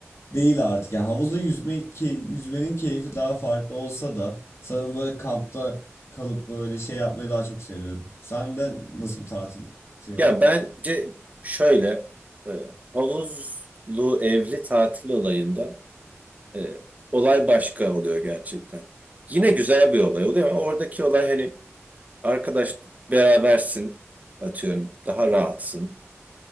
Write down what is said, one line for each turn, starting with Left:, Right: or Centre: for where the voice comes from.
Left: değil artık. Yani havuzda yüzme ki yüzmenin keyfi daha farklı olsa da sanırım böyle kampta kalıp böyle şey yapmayı daha çok seviyorum. Sende nasıl bir tatil şey
Right: Ya
Left: var?
Right: bence şöyle e, havuzlu evli tatil olayında E, olay başka oluyor gerçekten. Yine güzel bir olay oluyor ama oradaki olay hani arkadaş berabersin atıyorum daha rahatsın.